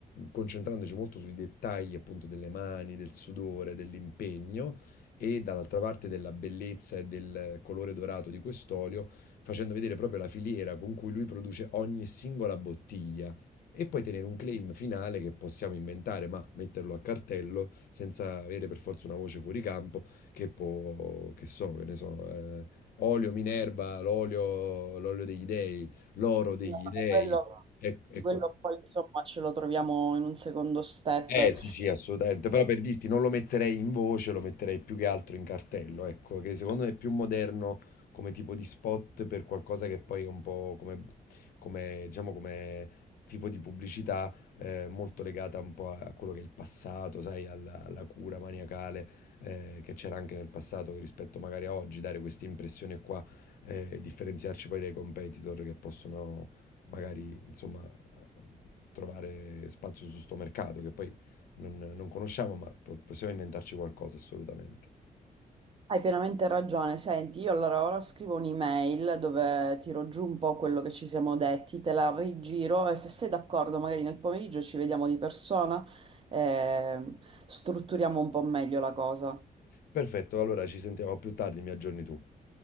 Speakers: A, on the left; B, on the right.
A: concentrandoci molto sui dettagli appunto delle mani, del sudore, dell'impegno e dall'altra parte della bellezza e del colore dorato di quest'olio, facendo vedere proprio la filiera con cui lui produce ogni singola bottiglia. E poi tenere un claim finale che possiamo inventare, ma metterlo a cartello senza avere per forza una voce fuori campo che può, che so, che ne so, eh, olio Minerva, l'olio, l'olio degli dei, l'oro
B: Sì,
A: degli
B: no, vabbè,
A: dei.
B: quello,
A: Ec-
B: sì,
A: ecco,
B: quello poi insomma ce lo troviamo in un secondo step.
A: eh sì, sì, assolutamente, però per dirti non lo metterei in voce, lo metterei più che altro in cartello, ecco, che secondo me è più moderno come tipo di spot per qualcosa che poi è un po' come, come, diciamo, come tipo di pubblicità eh, molto legata un po' a quello che è il passato, sai, alla, alla cura maniacale eh, che c'era anche nel passato che rispetto magari a oggi, dare queste impressioni qua eh, e differenziarci poi dai competitor che possono magari, insomma, trovare spazio su sto mercato, che poi non, non conosciamo, ma po- possiamo inventarci qualcosa assolutamente.
B: Hai pienamente ragione. Senti, io allora ora scrivo un'email dove tiro giù un po' quello che ci siamo detti, te la rigiro e se sei d'accordo, magari nel pomeriggio ci vediamo di persona e strutturiamo un po' meglio la cosa.
A: Perfetto, allora ci sentiamo più tardi, mi aggiorni tu.